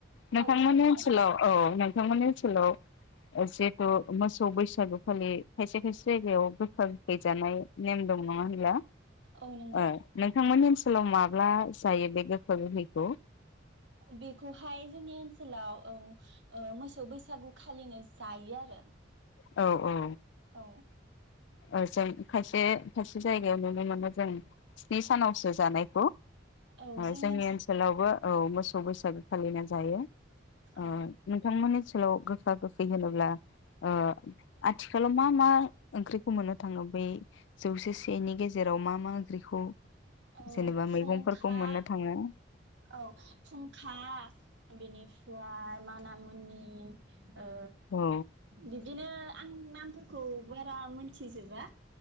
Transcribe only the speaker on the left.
नोंथांमोननि
ओनसोलाव औ नोंथांमोननि ओनसोलाव जिहेथु मोसौ बैसागु फालियो खायसे खायसे जायगायाव गोखा गोखै जानाय नेम दं नङा होनब्ला ओ
नोंथांमोननि ओनसो लाव माब्ला जायो बे गोखा गोखैखौ
औ औ
औ जों खायसे खायसे जायगायाव नुनो मोनो जों स्नि सानावसो जानायखौ
ओ जोंनि
ओनसोलावबो औ मोसौ बैसागो फालिनाय जायो ओ
नोंथांमोननि ओनसोलाव गोखा गोखै होनोब्ला ओ आथिखालाव मा मा ओंख्रि खौ मोननो थाङो बै जौसे सेनि गेजेराव मा मा ओंख्रिखौ
जेनेबा
मैगंफोरखौ मोननो थाङो
औ